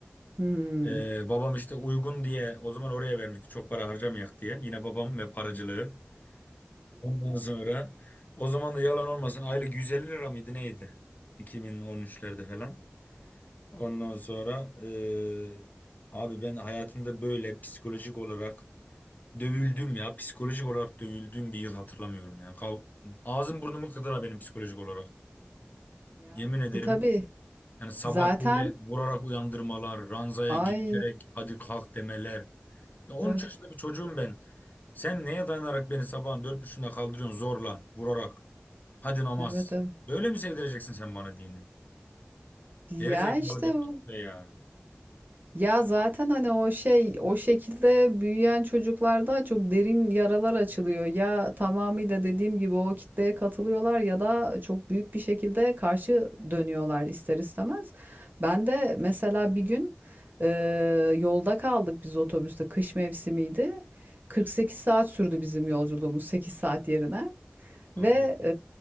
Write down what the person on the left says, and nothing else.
E, babam işte uygun diye o zaman oraya vermişti. Çok para harcamayak diye. Yine babam ve paracılığı. Ondan sonra o zaman da yalan olmasın aylık 150 lira mıydı neydi? 2013'lerde falan. Ondan sonra eee, abi ben hayatımda böyle psikolojik olarak dövüldüm ya. Psikolojik olarak dövüldüğüm bir yıl hatırlamıyorum ya. Kav Ağzım burnumu kıdıra benim psikolojik olarak.
Yemin
ederim
yani sabah
böyle vurarak uyandırmalar, ranzaya
girişerek hadi kalk demeler. Ya 13
yaşında bir çocuğum ben. Sen neye dayanarak beni sabahın 4.30'unda kaldırıyorsun zorla, vurarak? Hadi namaz.
Böyle mi sevdireceksin sen bana dini?
Geri zekalı
bir
kitle ya.
Baba,